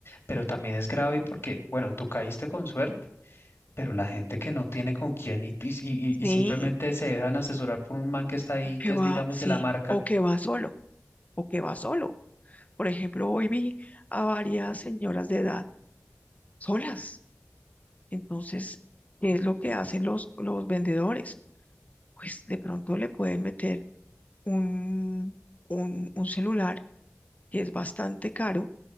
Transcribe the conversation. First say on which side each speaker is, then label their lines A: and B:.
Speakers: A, on the left; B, on the left.
A: pero también es grave porque, bueno, tú caíste con suerte, pero la gente que no tiene con quién y, y, y- y
B: sí,
A: simplemente se dejan asesorar por un man que está ahí,
B: que
A: que
B: va,
A: es, digamos,
B: sí,
A: de la marca,
B: o que va solo, o que va solo. Por ejemplo, hoy vi a varias señoras de edad solas. Entonces, ¿qué es lo que hacen los, los vendedores? Pues de pronto le pueden meter un, un, un celular que es bastante caro,